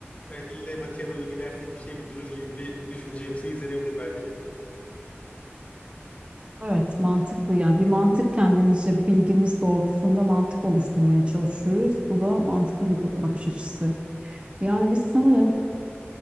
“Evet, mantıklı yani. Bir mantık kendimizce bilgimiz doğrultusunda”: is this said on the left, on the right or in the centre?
Right